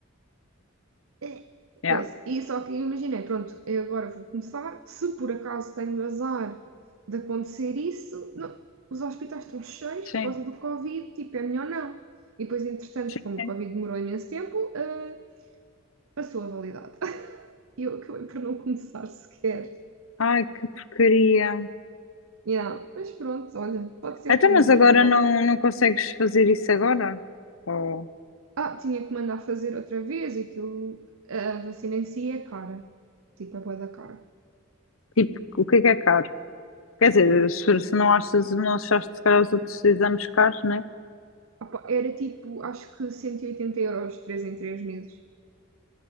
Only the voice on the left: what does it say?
Yeah.
Sim.
Sim.
Ai, que porcaria.
Então,
mas
agora
não, não consegues fazer isso agora? Ou,
tipo, o que é que é caro? Quer dizer, se, se não achas, não achaste se calhar os outros exames caros, né?